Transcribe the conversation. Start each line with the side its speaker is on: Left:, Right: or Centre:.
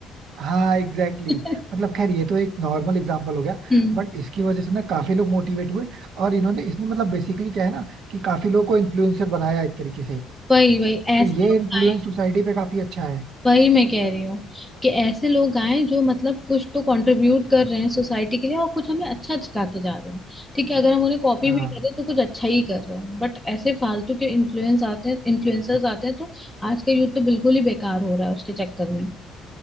Right: हाँ एग्जैक्टली
Centre: <laughs>
Right: exactly. मतलब खैर ये तो एक नॉर्मल एग्जांपल हो गया
Centre: हम्म
Right: बट इसकी वजह से ना काफी लोग मोटिवेट हुए और इन्होंने इसने मतलब बेसिकली क्या है ना कि काफी लोगों को इन्फ्लुएंसर बनाया एक तरीके से
Centre: वही वही
Right: तो
Centre: ऐसे
Right: ये
Centre: लोग
Right: इन्फ्लुएंस
Centre: आए
Right: सोसाइटी पे काफी अच्छा है
Centre: वही मैं कह रही हूँ कि ऐसे लोग आए जो मतलब कुछ तो कंट्रीब्यूट कर रहे हैं सोसाइटी के लिए और कुछ हमें अच्छा सिखा के जा रहे हैं ठीक है अगर हम उन्हें कॉपी
Right: हाँ
Centre: भी करें तो कुछ अच्छा ही कर रहे हैं बट ऐसे फालतू के इन्फ्लुएंस आते हैं इन्फ्लुएंसर्स आते हैं तो आज का यूथ तो बिल्कुल ही बेकार हो रहा है उसके चक्कर में